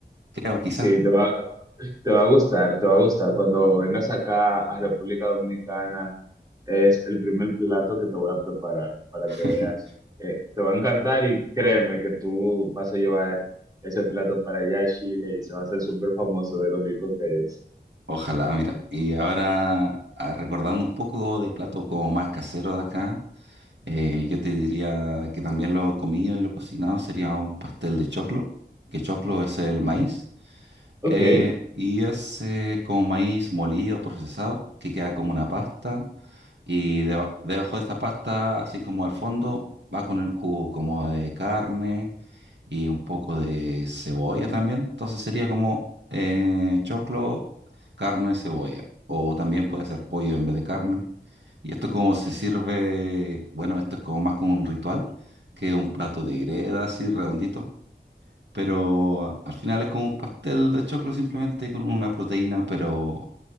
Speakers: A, on the right; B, on the right.
A: creo, quizás.
B: Sí, te va, te va a gustar, te va a gustar. Cuando vengas acá a República Dominicana, es el primer plato que te voy a preparar para
A: <laughs>
B: que veas. Eh, te va a encantar y créeme que tú vas a llevar ese plato para allá a Chile y se va a hacer súper famoso de lo rico que es.
A: Ojalá, mira. Y ahora, ah, recordando un poco de platos como más caseros de acá, eh, yo te diría que también lo comido y lo cocinado sería un pastel de choclo, que choclo es el maíz,
B: Ok.
A: eh, y es eh, como maíz molido, procesado, que queda como una pasta, y deba- debajo de esta pasta, así como al fondo, va con el jugo como de carne y un poco de cebolla también. Entonces sería como eh, choclo, carne, cebolla. O también puede ser pollo en vez de carne. Y esto como se sirve, bueno, esto es como más como un ritual que un plato de greda así redondito. Pero a- al final es como un pastel de choclo simplemente con una proteína, pero